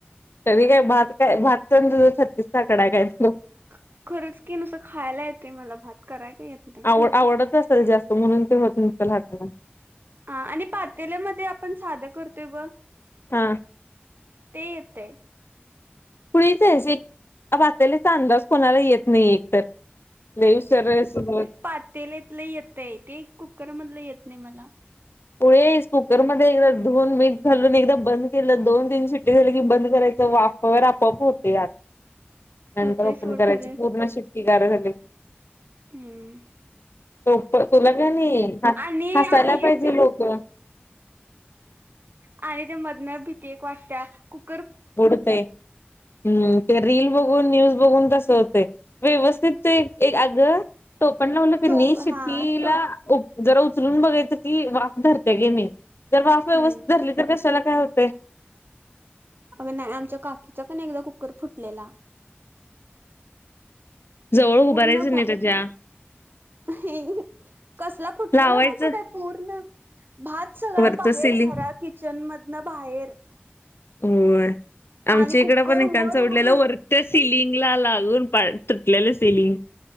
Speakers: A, on the left; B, on the right.
A: तरी काय भात काय भात च न तुझ छत्तीस चा आकडाय आहे काय तो.
B: ख खरंच की नसं खायला येतेय मला भात, करायला नही येत. नाही
A: आवड आवडत असेल जास्त म्हणून ते होत नसल हाताला.
B: हा आणि पातेल्यामध्ये आपण साधं करतोय ब
A: हा
B: ते येतय.
A: खुळीच आहेच एक, आ पातेलीचा अंदाज कोणाला येत नाही एकतर. <unintelligible>
B: पातेलतलं येतय ते कुकर मधलं येत नाही मला.
A: ओयेस कुकरमध्ये एकदा धुवून मीठ घालून एकदा बंद केलं, दोन तीन सुिट्टी झाली की बंद करायचं वाफ हो ना आपोआप होतय आत, नंतर
B: होतंय
A: ओपन
B: सोड
A: करायच
B: खरं
A: पूर्ण शिफ्टी गार झाली.
B: हूं!
A: सोप्प तुला कनी हास,
B: आणि
A: हासायला
B: आणि
A: पाहिजे
B: भी
A: लोक
B: आणि त्या मधन भीती एक वाटत्या कुक
A: बुडतंय हूं ते रील बघून न्यूज बघून तसं होतय. व्यवस्थित एक अग, तो <unintelligible> पण लावलं क
B: टोप
A: नि शेतीला-
B: हा टोप
A: जरा उचलून बघायचं की, वाफ धरते कनी. जर वाफ व्यवस्थित
B: हम्म
A: धरली तर, कशाला काय होतय.
B: अग नाही, आमच्या काकीचा कनी एकदा कुकर फुटलेला.
A: जवळ
B: पूर्ण
A: उभारायचं
B: भा
A: नाही त्याच्या.
B: <unintelligible> कसला फुटलेला
A: लावायचं
B: माहितेय काय- पूर्ण भात सगळं
A: वरचं
B: बाहेर,
A: सिलिंग
B: घरात किचन मधनं बाहेर.
A: होय, आमच्या
B: आणि कुकर
A: इकड पण <unintelligible>
B: वर उडून
A: उडलेलं वर- त्या सिलिंग ला लागून <unintelligible> तुटलेलं सिलिंग.